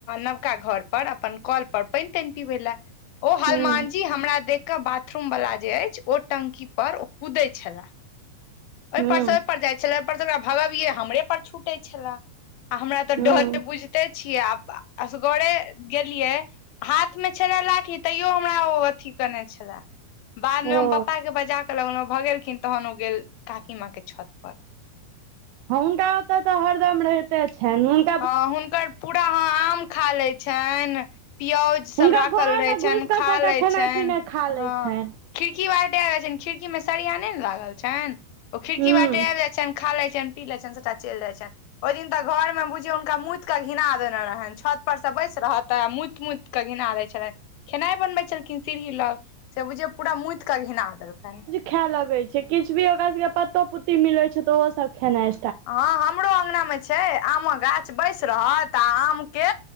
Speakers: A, on the left; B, on the right.
A: नवका घर पर अपन कोल पैन तैन पीबै ला ओ हनुमान
B: हूँ
A: जी हमरा देख के बाथरूम वला जे अछि ओ टंकी पर ओ कुदे छला ओहिपर
B: हूँ
A: सऽ ओहिपर जाय छले ओहिपर से ओकरा भगाविये हमरे पर छूटे छले आ हमरा तऽ
B: हूँ
A: डर बुझते छियै आ असगरे गेलियै हाथमे छले लाठी तैयो हमरा ओ अथी कने छले बाद मऽ
B: ओ
A: हम पप्पा के बजा के लगलहु भग गेलखिन तहन ओ गेल काकी माँ के छत पर
B: हुनका ओतय तऽ हरदम रहिते छैन ह
A: हाॅं हुनकर पूरा हाॅं आम खा लेन छनि प्योज सब
B: हुनका
A: राखल
B: घर
A: रहै
B: मे
A: छनि
B: घुसि कऽ
A: खा
B: सभटा
A: लैत
B: खेनाइ
A: छनि
B: पिनाइ खा लै
A: हाॅं
B: छनि
A: खिड़की बाटे आबि जाय छनि खिड़की मऽ सरिया नहि ने लागल छनि ओ खिड़की
B: हूं
A: बारटे आबि जाय छनि खाले छनि पीले छनि सबटा चल जाइ छनि ओहि दिन तऽ घर में बुझ जे हुनका मूत कै घना देने रहनि छत पर सॅं बैस रहते मूत मूत कै घिना देै छलनि खेनाइ बनबै छलखिन सीढ़ी लग से बुझिय पूरा मूत कऽ घिना देलकनि
B: खायए लगे छै। किछ भी ओकरा सबके पत्तो पुत्ती मिले छै तो ओहो सब खेनाय
A: हँ हमरो अंगना मे छै आमक गाछ बैस रहत आ आम के